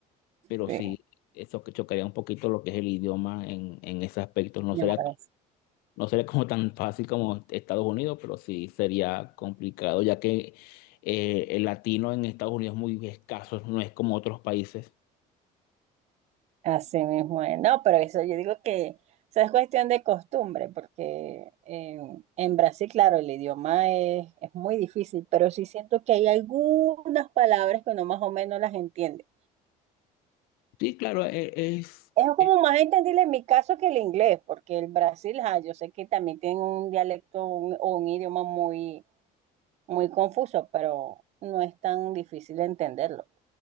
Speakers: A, on the left; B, on the right.
A: pero
B: Sí,
A: sí, eso que chocaría un poquito lo que es el idioma en, en ese aspecto, no
B: me
A: sería
B: parece.
A: No sería como tan fácil como Estados Unidos, pero sí sería complicado, ya que eh, el latino en Estados Unidos es muy escaso, no es como otros países.
B: Así mismo es. No, pero eso yo digo que o sea, es cuestión de costumbre, porque en, en Brasil, claro, el idioma es, es muy difícil, pero sí siento que hay algunas palabras que uno más o menos las entiende.
A: Sí, claro, e- es,
B: Es como
A: es-
B: más entendible en mi caso que el inglés, porque el Brasil, ah, yo sé que también tiene un dialecto un- o un idioma muy, muy confuso, pero no es tan difícil entenderlo.